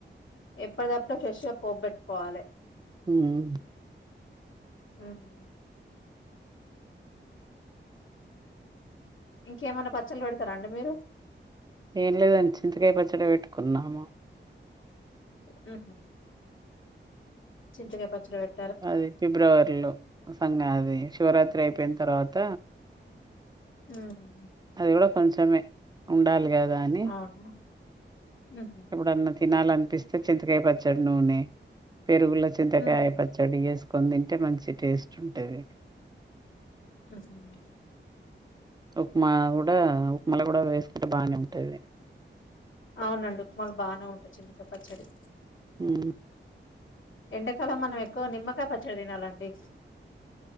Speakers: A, on the left; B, on the right.
A: ఎప్పటిదప్పుడే ఫ్రెష్గా పోబెట్టుకోవాలే
B: హ్మ్
A: హ్మ్ ఇంకేమైనా పచ్చళ్ళ పెడతారా అండి మీరు
B: ఏం లేదు అండి చింతకాయ పచ్చడి పెట్టుకున్నాము
A: హ్మ్ హు చింతకాయ పచ్చడి పెట్
B: అది ఫిబ్రవరిలో సంగ అది శివరాత్రి అయిపోయిన తర్వాత
A: హ్మ్
B: అది కూడా కొంచమే ఉండాలి కదా అని
A: అవును ఉహు
B: ఎప్పుడన్న తినాల అం పిస్తే చింతకాయ పచ్చడు నూనె పెరుగుల చింతకాయ
A: ఉమ్
B: పచ్చడి ఎస్ కొని తింటే మంచి టేస్ట్ ఉంటది
A: హ్మ్ హు
B: ఉప్మా కూడా ఉప్మాలో కూడా వేసుకుంటే బానే ఉంటది
A: అవునండి ఉప్మాలో బానే ఉంటది చింతకాయ పచ్చడి
B: హ్మ్
A: ఎండాకాలం మనం ఎక్కువ నిమ్మకాయ పచ్చడి తినాలండి